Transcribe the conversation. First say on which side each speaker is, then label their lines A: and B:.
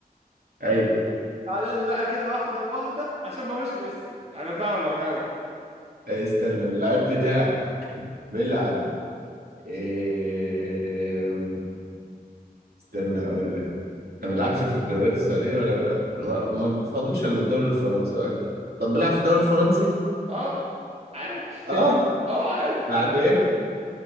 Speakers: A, on the right; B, on the right.
A: ايوه
B: تعالى لي بقى كده واحدة بواحدة عشان ما هوش ميسي انا فاهمك انا
A: آه، استنى اللعيب بتاعك بيلعب آه، استنى اقول لك ما بيلعبش في الدوريات السعودية ولا بيلعب- ما ما بيفضلش الا الدوري الفرنسي اوكي طب بيلعب في الدوري الفرنسي
B: اه عادي
A: اه
B: <laughs> اه عادي
A: بعد ايه